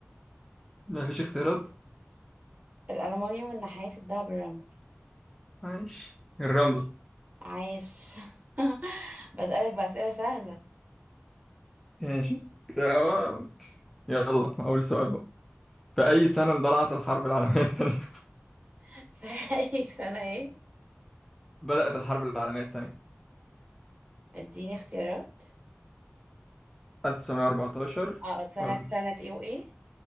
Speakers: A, in the centre; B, on the right (about 35°).
A: مفيش اختيارات
B: الألمنيوم النحاس الدهب الرمل
A: ماشي الرمل
B: عاش <laughs> بسألك بأسئلة سهلة
A: ماشي تمام يلا أول سؤال بقى في أي سنة اندلعت الحرب العالمية الثانية؟
B: <laughs> فأي سنة ايه؟
A: <laughs> بدأت الحرب العالمية الثانية
B: اديني اختيارات
A: 1914
B: اه سنة
A: ولا
B: سنة ايه وايه؟